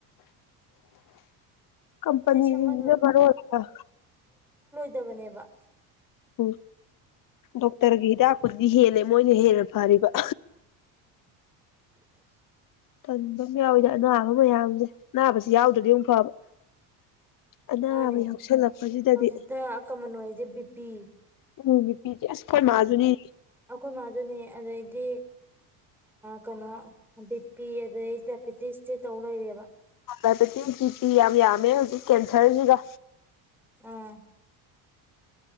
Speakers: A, on the left (about 45°); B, in the centre.
A: <inaudible> ꯀꯝꯄꯅꯤ
B: ꯁꯦꯝꯍꯜ
A: ꯔ
B: ꯇꯕꯅꯦꯕ
A: ꯎꯝ ꯗꯣꯛꯇꯔꯒꯤ ꯍꯤꯗꯥꯛꯄꯨꯗꯨꯗꯤ ꯍꯦꯜꯂꯦ ꯃꯣꯏꯅ ꯍꯦꯜꯂꯕ ꯐꯔꯔꯤꯕ
B: ꯑꯗꯨ
A: ꯀꯟꯕ ꯌꯥꯎꯋꯏꯗ ꯑꯅꯥꯕ ꯃꯌꯥꯝꯁꯦ <inaudible> ꯌꯥꯎꯗ꯭ꯔꯗꯤ ꯑꯃꯨꯛ ꯐꯕ ꯑꯅꯥꯕ
B: ꯃꯥꯅꯦ
A: ꯌꯥꯎꯁꯜꯂꯛꯄꯁꯤꯗꯗꯤ
B: ꯍꯧꯖꯤꯛꯇ ꯀꯃꯟ ꯑꯣꯏꯔꯤꯁꯦ ꯕꯤ ꯄꯤ
A: ꯎꯝꯕꯤ ꯄꯤ ꯀꯁ ꯀꯣꯏ ꯃꯥꯖꯅꯤ
B: ꯑꯩꯈꯣꯏ ꯃꯥꯁꯨꯅꯦ ꯑꯗꯩꯗꯤ ꯀꯩꯅꯣ ꯕꯤꯄꯤ ꯑꯗꯩ ꯗꯥꯏꯕꯤꯦꯇꯤꯁꯇꯤ ꯇꯧ ꯂꯩꯔꯦꯕ
A: ꯑꯗꯆꯤ ꯆꯤꯇꯤ ꯌꯥꯝ ꯌꯥꯝꯃꯦ ꯍꯧꯖꯤꯛ ꯀꯦꯟꯁꯔꯁꯤꯒ
B: ꯑꯥ